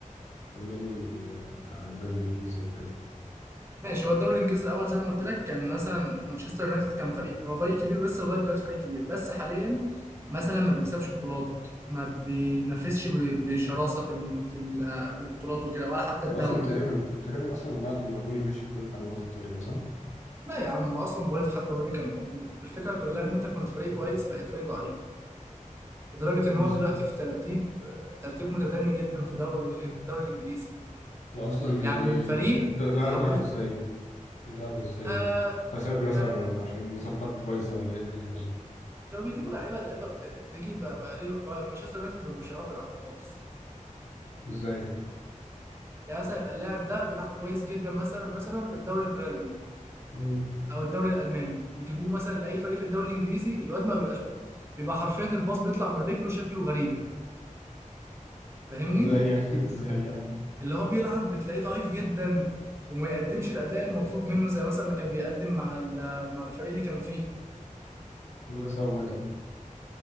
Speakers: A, on the left; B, on the right.
A: كمل لي آه، على الدوري الانجليزي يعني كده
B: ماشي هو الدوري الانجليزي الاول زي ما قلت لك كان مثلا مانشستر يونايتد كان فريق هو فريق كبير ولسه لغايه دلوقتي فريق كبير بس حاليا مثلا ما بيكسبش بطولات ما بينافسش ب- بشراسه في الم- في ال- في البطولات وكده ولا حتى الدوري
A: واصلا تقريبا تقريبا اصلا بعد ما روني مشي كل حاجه باظت تقريبا صح؟
B: لا يا عم هو اصلا بايظ حتى وين كان موجود الفكره كلها ان انت كنت فريق كويس بقيت فريق ضعيف لدرجه ان
A: بز-
B: هو دلوقتي في ترتيب ترتيب متدني جدا في دوري في الدوري الانجليزي
A: واصلا
B: يعني
A: يعني
B: من فريق
A: ده ده
B: اتحولت
A: ده في ازاي ضعف ازاي
B: آه
A: يعني؟ فساد مثلا
B: كان
A: ولا عشان صفقات بايظة ولا ايه الدنيا بالظبط
B: كانوا بيجيبوا لعيبه اللعيبه بت... تيجي بقى بقى ليه بقى مانشستر يونايتد ما بيبقوش يعرفوا يلعبوا خالص
A: ازاي يعني
B: يعني مثلا يبقى اللاعب ده بيلعب كويس جدا مثلا مثلا في الدوري الهولندي
A: مم.
B: او الدوري الالماني يجيبوه مثلا لاي فريق في الدوري الانجليزي الواد ما بيبقاش بيبقى حرفيا الباص بيطلع من رجله شكله غريب فاهمني
A: ازاي يعني <laughs> ازاي يعني
B: اللي هو بيلعب بتلاقيه ضعيف جدا وما يقدمش الاداء المطلوب منه زي مثلا ما كان بيقدم مع ال- مع الفريق اللي كان فيه
A: يبقى ده سببه ايه طيب